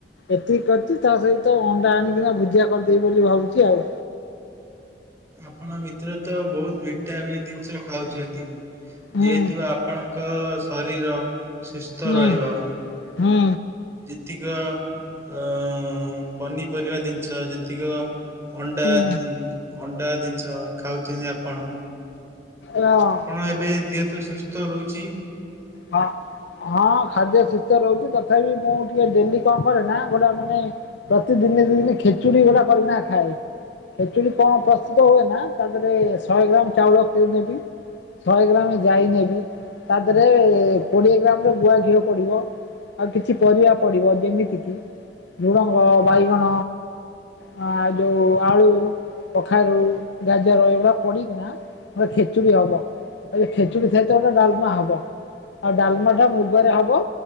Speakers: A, on the left; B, on the right.
A: ଏତିକି କରିଚି ତା ସହିତ ଅଣ୍ଡା ଆଣିକିନା ଭୁଜିଆ କରିଦେଇବି ବୋଲି ଭାବୁଚି ଆଉ
B: ଆପଣ ମିତ୍ର ତ ବହୁତ ଭିଟାମିନ ଜିନିଷ ଖାଉଚନ୍ତି।
A: ହୁଁ
B: ଯେହେତୁ ଆପଣଙ୍କ ଶରି ରୀର ସୁସ୍ଥ
A: ହୁଁ
B: ରହିବ।
A: ହୁଁ
B: ଯିତିକ ଅଁ ପନିପରିବା ଜିନିଷ ଯେତିକ ଅଣ୍ଡା
A: ହୁଁ
B: ଜିନ୍ ଅଣ୍ଡା ଜିନିଷ ଖାଉଚନ୍ତି ଆପଣ?
A: ର
B: ଆପଣ ଏବେ ଦେହ ତ ସୁସ୍ ଥ ରହୁଚି।
A: ହଁ ହଁ ଖାଦ୍ୟ ସୁସ୍ଥ ରହୁଚି ତାପ ତଥାବି ମୁଁ ଟିକେ ଡେଲି କଣ କରେ ନା ଗୋଟା ମାନେ ପ୍ରତିଦିନେ ଦି ଦିନି ଖେଚୁଡ଼ି ଗୋଟା କରିକିନା ଖାଏ। ଖେଚୁଡ଼ି କଣ ପ୍ରସ୍ତୁତ ହୁଏ ନା ତା ଦେହରେ ଶହେ ଗ୍ରାମ ଚାଉଳ କିଏ ନେବି ଶହେ ଗ୍ରାମ ଜାଇ ନେବି ତା ଦେହରେ କୋଡିଏ ଗ୍ରାମର ଗୁଆ ଘିଅ ପଡିବ। ଆଉ କିଛି ପରିବା ପଡିବ ଯେମିତି କିି ଝୁଡ଼ଙ୍ଗ ବାଇଗଣ ଆ ଯୋଉ ଆଳୁ କଖାରୁ ଗାଜର ଏଗୁଡ଼ା ପଡ଼ିକିନା ହ ଖେଚୁଡ଼ି ହବ ଖେଚୁଡ଼ି ସହିତ ଗୋଟେ ଡାଲମା ହବ। ଆଉ ଡାଲମା ଟା ମୁଗରେ ହବ।